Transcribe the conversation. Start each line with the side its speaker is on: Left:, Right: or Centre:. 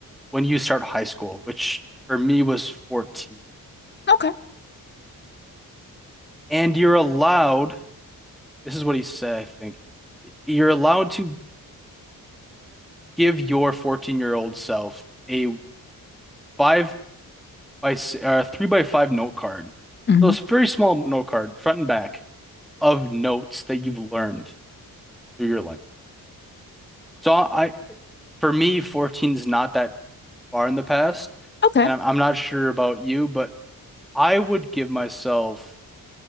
Centre: when you start high school, which for me was 14,
Left: Okay.
Centre: and you're allowed. This is what he said, I think. You're allowed to give your 14 year old self a five by s- uh, three by five note card.
Left: Mhm.
Centre: So it's a very small note card, front and back, of notes that you've learned through your life. So I, for me, 14 is not that far in the past,
Left: Okay.
Centre: and I'm, I'm not sure about you, but I would give myself